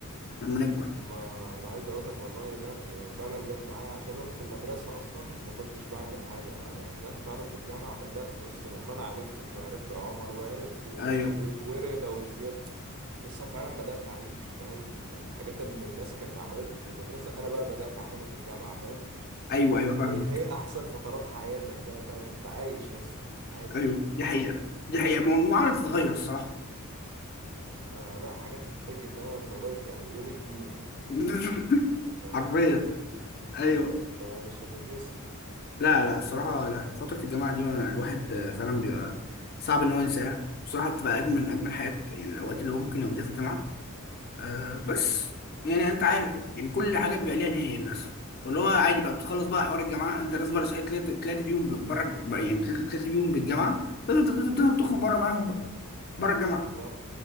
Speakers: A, on the left; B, on the right.
A: لما نكبر
B: ما انا عايز اقول لك والله لا هي فعلا جت معايا عشان انا في المدرسه اصلا ما كنتش بعمل حاجه انا جت فعلا في الجامعه بدات يس لما انا عرفتك وعرفت عمر وعرفت وسويت
A: ايوه
B: ورضا وزياد لسه فعلا بدات اعيش فاهم الحاجات اللي الناس كانت عملتها في المدرسه انا بقى بدات اعملها في الجامعه فاهم
A: ايوه ايوه فاهمك
B: واللي هي احسن فترات حياتك بقى فعلا انت عايش يا اسطى عايش
A: ايوه دي حقيقه دي حقيقه ما ما عمرها بتتغير
B: ف
A: الصراحه
B: فلا حاجات تتحكي فعلا لغايه يعني يوم الدين يعني
A: <laughs>
B: ف
A: حرفيا ايوه
B: <laughs> فمش هتتنسي
A: لا لا الصراحه لا فتره الجامعه دي ما- الواحد آه، فعلا بيبقى صعب ان هو ينساها بصراحه بتبقى اجمل من اجمل حاجات يعني الاوقات اللي هو ممكن يقضيها في الجامعه آه بس يعني انت عارف بقى، يعني كل حاجه بيبقى ليها نهايه للاسف فاللي هو عادي بقى بتخلص بقى حوار الجامعه انت ناس بقى صحيت طلعت طلعت بيهم بره يعني طلعت بيهم بالجامعه تقدر تقدر تخرج بره معاهم بقى بره الجامعه
B: صح